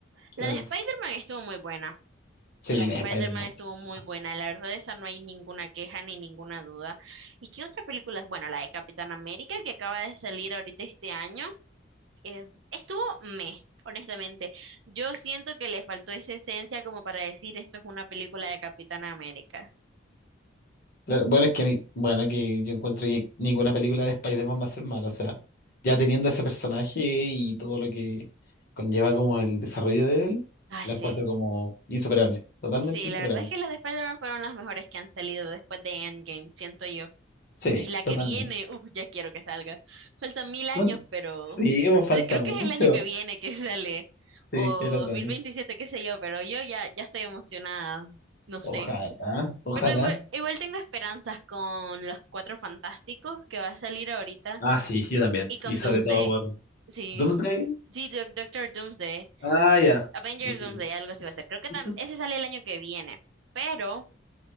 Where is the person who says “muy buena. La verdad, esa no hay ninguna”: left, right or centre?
Right